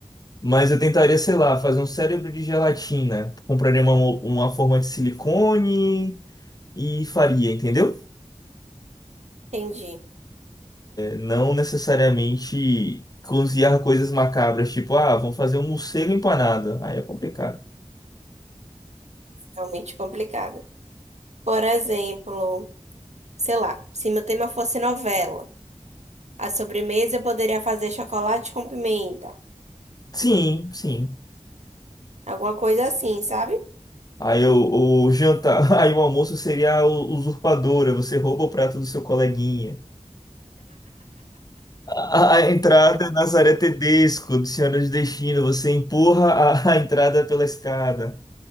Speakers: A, on the left (about 35°); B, on the right (about 75°).
A: Mas eu tentaria, sei lá, fazer um cérebro de gelatina. Compraria uma, mo- uma forma de silicone e faria, entendeu?
B: Entendi.
A: não necessariamente cozinhar coisas macabras, tipo, ah, vamos fazer um morcego empanado. Aí é complicado.
B: Realmente complicado. Por exemplo, sei lá, se meu tema fosse novela, a sobremesa eu poderia fazer chocolate com pimenta.
A: Sim, sim.
B: Alguma coisa assim, sabe?
A: Aí o, o jantar, <laughs> aí o almoço seria a usurpadora, você rouba o prato do seu coleguinha. A, a entrada é Nazaré Tedesco, do Senhora de Destino, você empurra a, <laughs> a entrada pela escada.